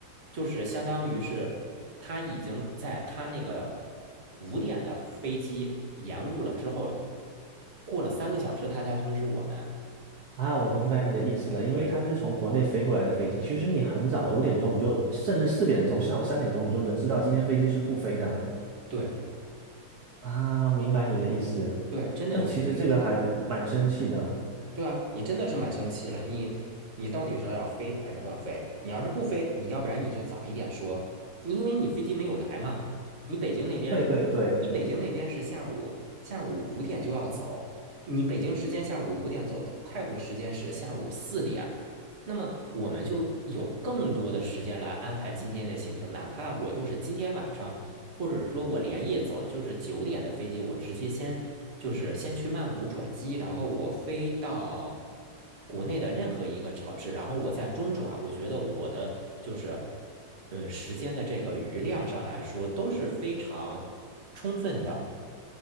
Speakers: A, on the right; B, on the right.
A: 就是相当于是他已经在他那个五点的飞机延误了之后，过了三个小时他才通知我们。
B: 啊，我明白你的意思了，因为它是从国内飞过来的飞机，
A: 对，
B: 其实你很早五点钟你就，甚至四点钟，下午三点钟你就能知道今天飞机是不飞的啊。
A: 对
B: 啊，明白你的意思，
A: 对，真的就是这个情
B: 但其实这个还蛮生气的。
A: 对啊，你真的是蛮生气了。你你到底是要飞还是不要飞？你要是不飞，你要不然你就早一点说，因为你飞机没有来嘛。你北京那边，
B: 对对对，
A: 你北京那边是下午下午五点就要走，你北京时间下午五点走的，泰国时间是下午四点。那么我们就有更多的时间来安排今天的行程，哪怕我就是今天晚上。或者是说我连夜走，就是九点的飞机，我直接先就是先去曼谷转机，然后我飞到国内的任何一个城市，然后我在中转。我觉得我的就是嗯时间的这个余量上来说都是非常充分的。